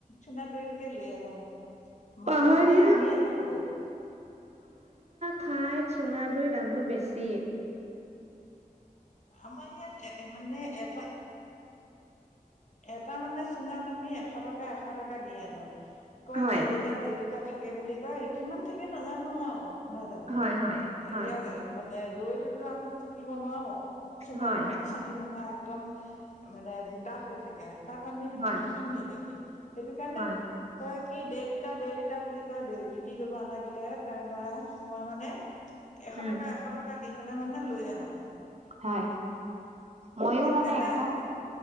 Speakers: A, on the left; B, on the right.
A: চুঙা দৈটোকে লৈ আনো
B: পাহাৰীয়া
A: মাজে মাজে আনিয়ে থাকো।
B: খাই চুঙা দৈ দামটো বেছি।
A: আমাৰ ইয়াত এ মানে এটা এটা মানে চুঙাত আমি এশ টকা এশ টকা দি আনো। কৰবাত
B: হয়
A: দেৰলিটাৰ, দেৰ লিটাৰ থাকে বুলি কয় কিমান থাকে নাজানো আৰু <unintelligible> নহয় জানো
B: হয় হয়
A: এতিয়া
B: হয়
A: মানে দৈটোতো আমি জুখিব নোৱাৰো। চুঙাত
B: হয়
A: পানী চানী নোহোৱা একদম মানে গোটা হৈ থাকে। তাত আমি
B: হয়
A: জুখিম কেনেকে সেইটো কাৰণে
B: হয়
A: কয় কি দেৰ লিটাৰ দেৰ লিটাৰ বুলি কয় বিক্ৰী কৰিব আনা কেইটাৰে তাৰ পৰা মই মানে <unintelligible> এশ
B: উম
A: টকা এশ টকা দি পেলাই মানে লৈ আনো।
B: হয় মইও
A: সেইটো
B: মানে
A: কাৰণে
B: একদম
A: একো